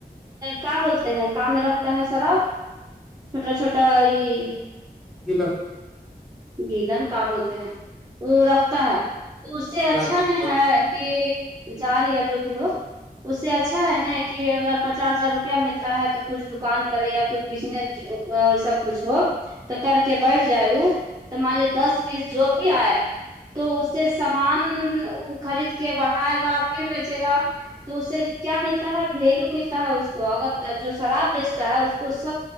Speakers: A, on the right (about 20°); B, in the centre.
A: کہ بولتے ہیں کام میں رکھتا ہے سرا آپ چھوٹا چھوٹا یہ
B: <unintelligible>
A: گیلن کا بولتے ہیں وہ رکھتا ہے تو اس سے
B: جار
A: اچھا
B: کی
A: ن
B: جار
A: ہے کہ جار یا جو بھی ہو اس سے اچھا ہے نا کہ اگر پچاس ہزار روپیہ ملتا ہے تو کچھ دکان کرے یا کچھ بزنس وسا کچھ ہو تو کر کے بیٹھ جائے وہ تو مان لی دس بیس جو بھی آئے تو اس سے سامان خرید کے بڑھائے گا پھر بیچے گا تو اس سے کیا ملتا ہے بلو ملتا ہے اس کو اگر جو شراب بیچتا ہے اس کو س